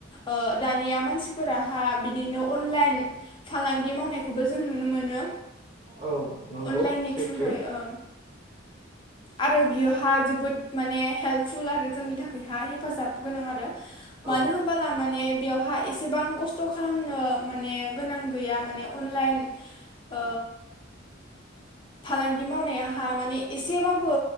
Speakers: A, on the left; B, on the right.
A: ओ दानिया मानसिफोरा हा बिदिनो अनलाइन फालांगि मावनायखौबो जों नुनो मोनो।
B: अ औ नंगौ
A: अनलाइननि
B: सैथो।
A: थ्रुहै ओ आरो बियोहा जोबोद माने हेल्प फुल आरो जोंनि थाखाय हा हेफाजाब गोनां आरो।
B: औ
A: मानो होमबाला माने बेवहाय-' इसेबां खस्थ' खालामनो माने गोनां गैया माने अनलाइन ओ फालांगि मावनायाहा माने एसेबाबो